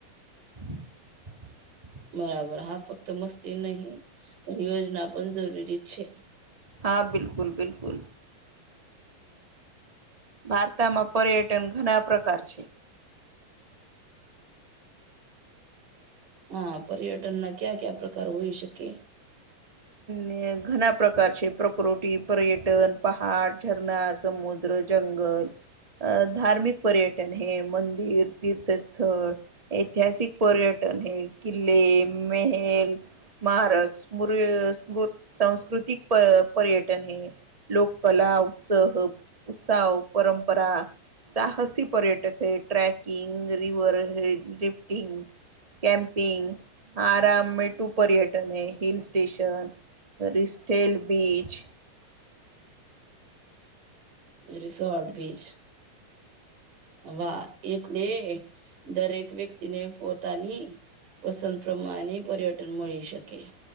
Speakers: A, on the right; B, on the right.
A: <inaudible>
B: બરાબર હા ફક્ત મસ્તી નહી પણ યોજના પણ જરૂરી છે
A: હા બિલકુલ બિલકુલ. ભારતમાં પર્યટન ઘણા પ્રકાર છે.
B: હા પર્યટન ના ક્યા ક્યા પ્રકાર હોઈ શકે.
A: ને ઘણા પ્રકાર છે પ્રકૃતિ પર્યટન પહાડ ઝરણા સમુદ્ર જંગલ અ ધાર્મિક પર્યટન હે મંદિર તીર્થસ્થળ ઐતિહાસિક પર્યટન હે કિલ્લે મેહેલ સ્મારક સમુ <unintelligible> સા સાંસ્કૃતિક પ પર્યટન હૈ. લોક કલા ઉત્સહ ઉત્સવ પરંપરા સાહસી પર્યટક હૈ ટ્ર્રેકિંગ રીવર હૈ લિફ્ટિંગ. કેમ્પિંગ આરામ મે ટુ પર્યટન હૈ હિલ્સ સ્ટેશન રિસ્ટસ્ટેલ બીચ
B: રિસોર્ટ બીચ. વાહ એટલે દરેક વ્યક્તિને પોતાની પસંદ પ્રમાણે પર્યટન મળી શકે.